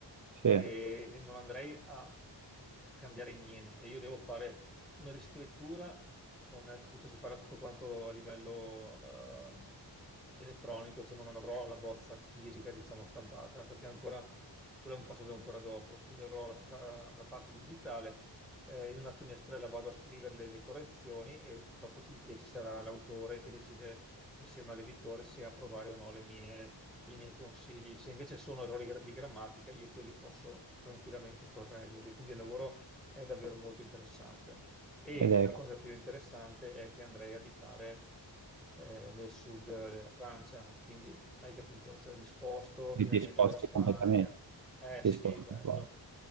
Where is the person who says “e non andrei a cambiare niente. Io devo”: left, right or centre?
Centre